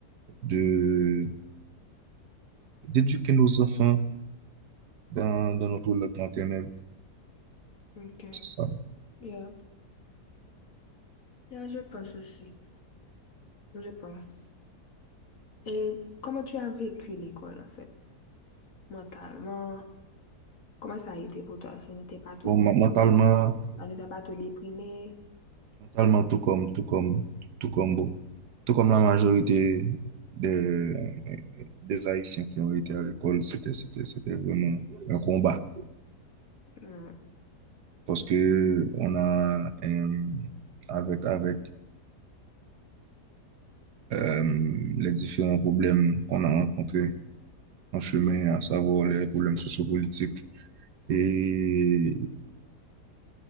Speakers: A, on the right; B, on the left.
A: de, d'éduquer nos enfants dans, dans notre langue maternelle.
B: Ok.
A: C'est ça.
B: Yeah. Yeah, je pense aussi. Je pense. Et comment tu as vécu l'école, en fait, mentalement? Comment ça a été pour toi? Ça n'était pas trop
A: Bon,
B: difficile.
A: ma- mentalement,
B: Ça ne t'a pas trop déprimé?
A: Totalement tout comme, tout comme, tout comme vous. Tout comme la majorité des, des Haïtiens qui ont été à l'école, c'était, c'était, c'était vraiment un combat.
B: Hmm.
A: Parce que on a, euh, avec, avec euh, les différents problèmes qu'on a rencontrés en chemin, à savoir les problèmes sociopolitiques et